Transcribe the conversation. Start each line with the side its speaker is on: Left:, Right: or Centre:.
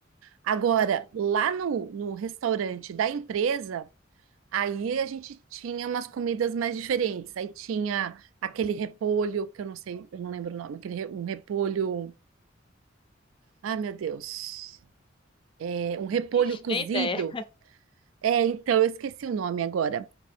Right: Agora, lá no, no restaurante da empresa, aí a gente tinha umas comidas mais diferentes. Aí tinha aquele repolho, que eu não sei, eu não lembro o nome, aquele, re- um repolho. Ai, meu Deus. É, um repolho
Left: Ixi,
Right: cozido.
Left: nem ideia.
Right: É, então, eu esqueci o nome agora.